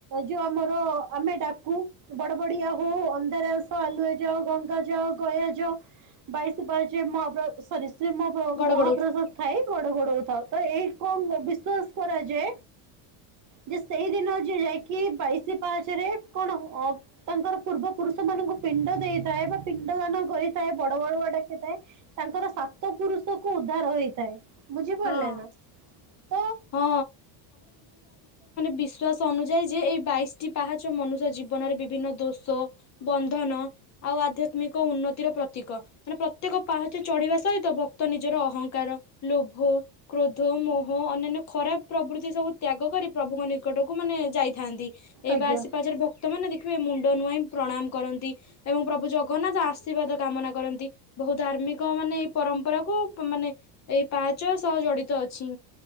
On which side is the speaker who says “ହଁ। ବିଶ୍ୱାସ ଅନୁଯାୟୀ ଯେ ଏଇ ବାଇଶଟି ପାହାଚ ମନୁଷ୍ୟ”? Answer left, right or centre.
Left